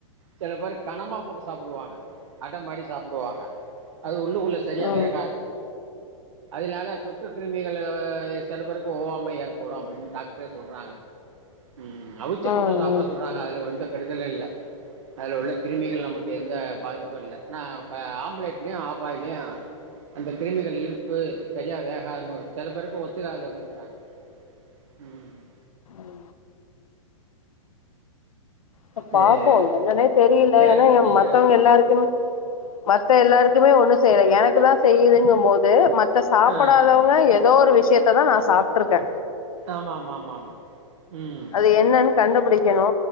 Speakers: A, on the right; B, on the left.
A: சில பேரு கணமா போட்டு சாப்டுவாங்க அடை மாரி சாப்டுவாங்க அது உள்ளுக்குள்ள சரியா
B: ம்
A: வேகாது அதனால தொற்று கிருமிகள் அ சில பேருக்கு ஓவாம்மை ஏற்படும் அப்டின்னு டாக்டரே சொல்றாங்க ம் அவிச்ச
B: ம்
A: முட்ட சாப்புட
B: ம்
A: சொல்றாங்க அதுல வந்து கெடுதல் இல்ல அதுல உள்ள கிருமிகள் நமக்கு எந்த பாதிப்பு இல்ல ஆனா இப்ப ஆம்ப்லேட்மே ஆப்பாயிலியு அந்த கிருமிகள் இருப்பு சரியா வேகாத போது சில பேருக்கு ஒத் தீராது அப்டிங்குறாங்க உம் உம் ம்
B: ம் ப்ப
A: சரி
B: பாத்தோ என்னன்னே தெரியில
A: வேற
B: ஏன்னா
A: என்ன
B: இங்க
A: செய்திகள்
B: மத்தவ்ங்க எல்லாருக்குமே மத்த எல்லாரு குமே ஒன்னு செய்ல எனக்குலா செய்யுதுங்கமோது மத் ப்ப சாப்புடாதவ்ங்க
A: ஆ
B: எதோ ஒரு விஷ் விசியத்ததா நா சாப்ட்டுருக்கே
A: ஆமாம்மாம்மாம்மா உம்ம்
B: அது என்னன்னு கண்டுபிடிக்கணு